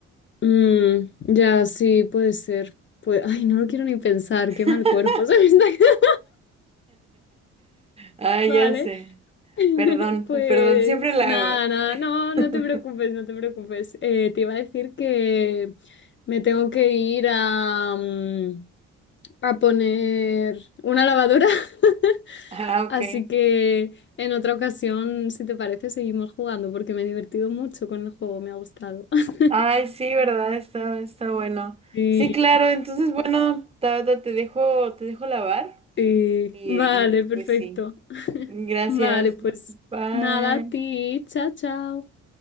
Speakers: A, on the left (about 40°); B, on the right (about 20°).
A: mm. Ya, sí, puede ser. Pues, ay, no lo quiero ni pensar, qué
B: <laughs>
A: mal cuerpo <laughs> se me está quedando. <laughs>
B: Ay,
A: Vale.
B: ya sé.
A: <laughs>
B: Perdón,
A: Pues
B: perdón, siempre la
A: nada,
B: hago.
A: nada, no, no
B: <laughs>
A: te preocupes, no te preocupes. Eh, te iba a decir que me tengo que ir a, mm, a poner una lavadora, <laughs>
B: Ah, ok.
A: así que en otra ocasión, si te parece, seguimos jugando porque me he divertido mucho con el juego, me ha gustado. <laughs>
B: Ay, sí, ¿verdad? Está, está bueno.
A: Sí,
B: Sí, claro, entonces, bueno, Tabata, te dejo, te dejo lavar
A: sí,
B: y,
A: vale,
B: y
A: perfecto.
B: pues sí. Gracias.
A: Vale, pues
B: Bye.
A: nada, a ti, chao, chao.